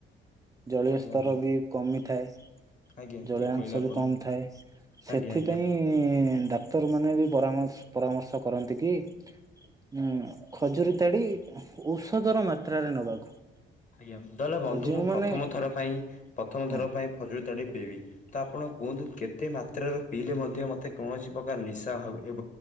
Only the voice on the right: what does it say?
ଜଳୀୟ
ସ୍ତର
ବି କମିଥାଏ ।
ଜଳୀୟ
ଅଂଶ
ବି କମ ଥାଏ ସେଥିପାଇଁ
ଡା ଡାକ୍ତର ମାନେ ବି ପରାମ ପରାମର୍ଶ କରନ୍ତି କି ଉ ଖଜୁରୀ ତାଡି ଔଷଧର ମାତ୍ରାରେ ନବାକୁ
ଆଉ ଯୋଉମାନେ
ହଁ